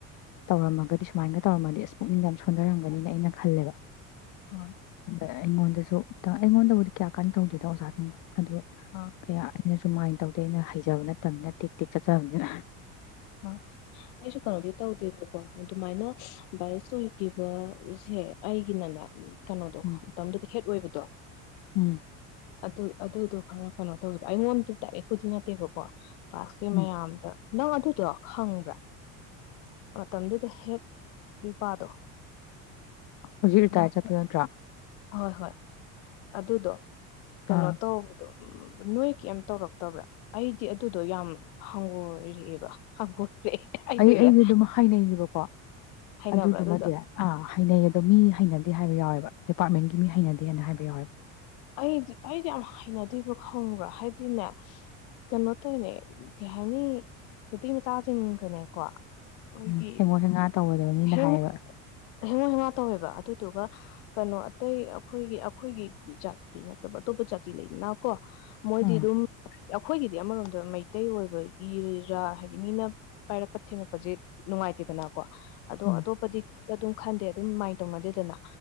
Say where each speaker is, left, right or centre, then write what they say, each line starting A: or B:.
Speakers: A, on the left; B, on the left.
A: ꯇꯧꯔꯝꯃꯒꯗꯤ ꯁꯨꯃꯥꯏꯅꯒ ꯇꯧꯔꯝꯃꯗꯤ ꯏꯁ ꯄꯨꯛꯅꯤꯡ ꯌꯥꯝ ꯁꯣꯟꯗꯔꯝꯒꯅꯤꯅ ꯑꯩꯅ ꯈꯜꯂꯦꯕ
B: ꯍꯣꯏ <inaudible>
A: ꯑꯩꯉꯣꯟꯗꯖꯨ ꯇꯥ ꯑꯩꯉꯣꯟꯗꯕꯨꯗꯤ ꯀꯌꯥ ꯀꯟꯅ ꯇꯧꯗꯦꯗꯥ ꯑꯣꯖꯥꯒꯩꯗꯣ ꯑꯗꯨ
B: ꯑꯥ
A: ꯀꯌꯥ ꯑꯩꯅ ꯖꯨ ꯃꯥꯏꯟ ꯇꯧꯗꯦ ꯑꯩꯅ ꯖꯥꯕꯥ ꯅꯠꯇꯝꯅꯤꯅ ꯇꯦꯛ-ꯇꯦꯛ ꯆꯛꯆꯥꯕꯅꯤꯅ
B: ꯑ ꯑꯩꯁꯨ ꯀꯅꯣꯗꯤ ꯇꯧꯗꯦꯕꯀꯣ ꯑꯗꯨꯃꯥꯏꯅ ꯚꯥꯏꯌꯁ ꯑꯣꯏ ꯀꯤꯒ ꯁꯦ ꯑꯩꯒꯤꯅꯅꯦ ꯀꯅꯣꯗꯣ
A: ꯎꯝ
B: ꯃꯇꯝꯗꯨꯗꯤ ꯍꯦꯠ ꯑꯣꯏꯕꯗꯣ
A: ꯎꯝ
B: ꯑꯗꯨ-ꯑꯗꯨꯗꯣ ꯈꯔ ꯀꯥꯅꯣ ꯇꯧꯗꯕ ꯑꯩꯉꯣꯟꯗ ꯗꯥꯏꯔꯦꯛꯄꯨꯗꯤ ꯅꯠꯇꯦꯕꯀꯣ ꯀꯥꯁꯤ ꯃꯌꯥꯝꯗ
A: ꯎꯝ
B: ꯅꯪ ꯑꯗꯨ ꯗꯣ ꯈꯪꯕ꯭ꯔꯥ ꯃꯇꯝꯗꯨꯗ ꯍꯦꯛ ꯅꯨꯄꯥꯗꯣ
A: ꯍꯧꯖꯤꯛ ꯔꯤꯇꯥꯌꯔ
B: ꯅꯪ
A: ꯆꯠꯄ ꯅꯠꯇ꯭ꯔꯥ
B: ꯍꯣꯏ ꯍꯣꯏ ꯑꯗꯨꯗꯣ ꯀꯩꯅꯣ
A: ꯑꯥ
B: ꯇꯧꯕꯗꯣ ꯎ ꯅꯣꯏ ꯀꯩꯝ ꯇꯧꯔꯛꯇꯕ꯭ꯔꯥ ꯑꯩꯗꯤ ꯑꯗꯨꯗꯣ ꯌꯥꯝ ꯍꯪꯒꯣꯏꯔꯛꯑꯦꯕ <unintelligible> ꯍꯥꯏꯗꯣꯏꯔꯥ
A: ꯑꯩ ꯑꯩꯗꯤ ꯑꯗꯨꯝ ꯍꯥꯏꯅꯩꯌꯦꯕꯀꯣ
B: ꯍꯩꯅꯕ꯭ꯔꯥ
A: ꯑꯗꯨꯗꯨꯃꯗꯤ
B: ꯑꯗꯨꯗꯣ
A: ꯑꯥ ꯍꯥꯏꯅꯩꯌꯦ ꯑꯗꯣ ꯃꯤ ꯍꯩꯅꯗꯦ ꯍꯥꯏꯕ ꯌꯥꯎꯋꯦꯕ ꯗꯤꯄꯥꯔꯠꯃꯦꯟꯒꯤ ꯃꯤ ꯍꯩꯅꯗꯦꯅ ꯍꯥꯏꯕ ꯌꯥꯎꯋꯦꯕ
B: ꯑꯩꯗꯤ ꯑꯩꯗꯤ ꯌꯥꯝ ꯍꯩꯅꯗꯦꯕ ꯈꯪꯕ꯭ꯔꯥ ꯍꯥꯏꯗꯤꯅꯦ ꯀꯩꯅꯣ ꯇꯧꯅꯦ ꯀꯩ ꯍꯥꯏꯅꯤ ꯅꯨꯄꯤ ꯃꯆꯥꯁꯤꯡꯒꯅꯦꯀꯣ ꯑꯩꯈꯣꯏꯒꯤ
A: ꯎꯝ ꯍꯦꯡꯒꯣ ꯍꯦꯡꯒꯥ ꯇꯧꯒꯗꯕ ꯃꯤꯅ
B: ꯍꯦꯡ
A: ꯍꯥꯏꯌꯦꯕ
B: ꯍꯦꯡꯉꯣ ꯍꯦꯉꯥ ꯇꯧꯋꯦꯕ ꯑꯗꯨ ꯑꯗꯨꯒ ꯀꯩꯅꯣ ꯑꯇꯩ ꯑꯈꯣꯏꯒꯤ ꯑꯈꯣꯏꯒꯤ ꯖꯥꯠ ꯤ ꯅꯠꯇꯕ ꯑꯇꯣꯞꯄ ꯖꯥꯇꯤ ꯂꯩꯗꯅ ꯀꯣ ꯃꯣꯏꯗꯤꯗꯨꯝ
A: ꯎꯝ
B: ꯑꯩꯈꯣꯏꯒꯤꯗꯤ ꯑꯃꯔꯣꯝꯗ ꯃꯩꯇꯩ ꯑꯣꯏꯕꯒꯤꯔꯥ ꯍꯥꯏꯗꯤ ꯃꯤꯅ ꯄꯥꯏꯔꯛꯄ ꯊꯦꯡꯉꯛꯄꯁꯦ ꯅꯨꯡꯉꯥꯏꯇꯦꯗꯅꯀꯣ ꯑꯗꯣ
A: ꯎꯝ
B: ꯑꯇꯣꯞꯄꯗꯤ ꯑꯗꯨꯝ ꯈꯟꯗꯦ ꯑꯗꯨꯝ ꯑꯗꯨꯃꯥꯏꯅ ꯇꯧꯅꯗꯦꯗꯅ